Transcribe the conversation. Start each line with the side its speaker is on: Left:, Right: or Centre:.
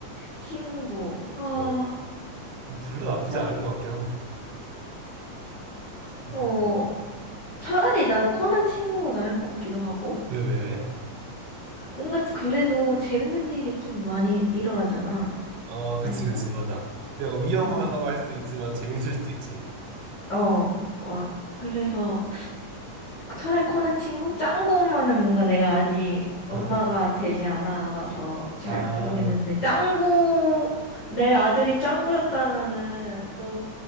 Left: 친구. 아,
Right: 어, 둘 다 나쁘지
Left: 짱,
Right: 않을 것 같긴 한데. <laughs> 음.
Left: 어, 차라리 난 코난 친구가 나을 것 같기도 하고.
Right: 왜, 왜, 왜?
Left: 뭔가 그래도 재밌는 일이 좀 많이 일어나잖아.
Right: 어, 그치,
Left: 아닌가?
Right: 그치, 맞아. 약간 위험하다고
Left: 어.
Right: 할 수도 있지만, 재밌을 수도 있지.
Left: 어, 와. 그래서 차라리 코난 친구? 짱구 엄마는 뭔가 내가 아직 엄마가
Right: <laughs>
Left: 되지 않아 봐서 잘
Right: 아,
Left: 모르겠는데, 짱구, 내 아들이 짱구였다면은 너무